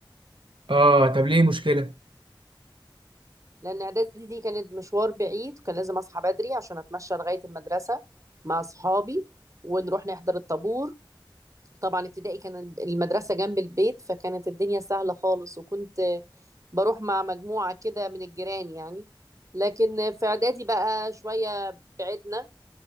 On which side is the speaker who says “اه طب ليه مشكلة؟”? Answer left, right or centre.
Right